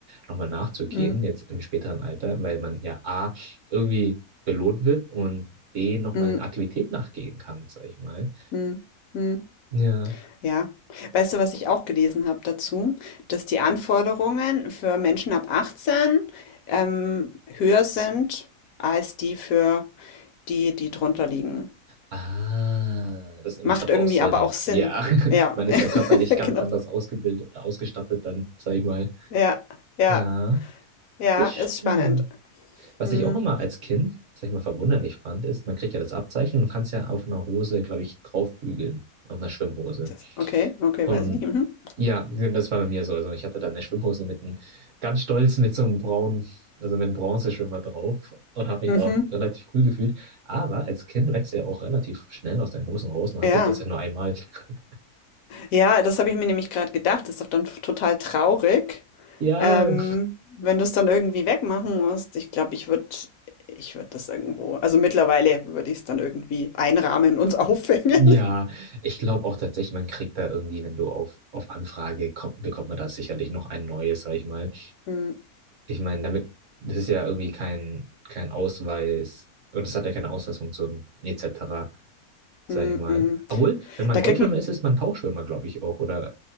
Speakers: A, on the right (about 60°); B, on the left (about 70°).
A: nochmal nachzugehen,
B: Mhm,
A: jetzt im späteren Alter, weil man ja A, irgendwie belohnt wird und B, nochmal
B: mhm,
A: eine Aktivität nachgehen kann, sag ich mal.
B: mhm, mhm.
A: Ja.
B: Ja. Weißt du, was ich auch gelesen habe dazu? Dass die Anforderungen für Menschen ab 18, ähm, höher sind als die für die, die drunter liegen.
A: Ah, das macht
B: Macht
A: aber
B: irgendwie
A: auch Sinn.
B: aber auch Sinn.
A: Ja, <laughs>
B: Ja,
A: man
B: <laughs>
A: ist ja körperlich
B: genau.
A: ganz anders ausgebildet oder ausgestattet dann, sag ich mal.
B: Ja, ja,
A: Ja,
B: ja,
A: das stimmt.
B: ist spannend.
A: Was
B: Mhm.
A: ich auch immer als Kind, sag ich mal, verwunderlich fand, ist, man kriegt ja das Abzeichen und kann es ja auf einer Hose, glaube ich, draufbügeln, auf einer Schwimmhose.
B: Das okay, okay,
A: Und
B: weiß ich nicht. Mhm.
A: ja, das war bei mir so. Also ich hatte dann eine Schwimmhose mit einem, ganz stolz mit so einem braunen, also mit einem Bronzeschwimmer drauf und habe mich
B: Mhm.
A: da auch relativ cool gefühlt. Aber als Kind wächst ja auch relativ schnell aus deinen Hosen raus und hatte
B: Ja.
A: ich das ja nur einmal. <laughs>
B: Ja, das habe ich mir nämlich gerade gedacht. Das ist doch dann f- total traurig,
A: Ja,
B: ähm, wenn du es dann irgendwie wegmachen musst. Ich glaube, ich würde, ich würde das irgendwo, also mittlerweile würde ich es dann irgendwie einrahmen und <laughs> aufhängen.
A: ja, ich glaube auch tatsächlich, man kriegt da irgendwie, wenn du auf, auf Anfrage kommt, bekommt man da sicherlich noch ein neues, sag ich mal.
B: Mm,
A: Ich meine, damit, das ist ja irgendwie kein, kein Ausweis und es hat ja keine Ausweisfunktion etc. sag
B: mm,
A: ich mal.
B: mm.
A: Obwohl, wenn man
B: Da
A: Goldschwimmer
B: kriegt man,
A: ist, ist man Tauchschwimmer, glaube ich auch. Oder